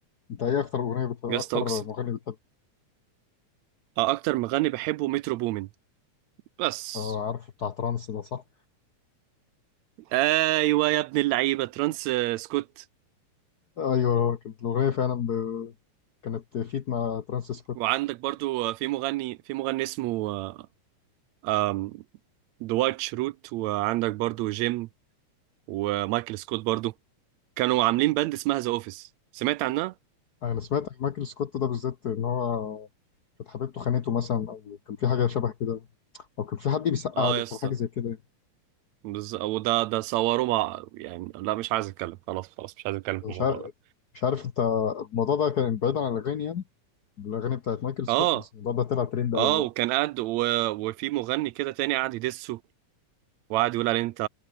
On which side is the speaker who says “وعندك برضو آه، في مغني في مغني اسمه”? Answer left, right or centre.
Right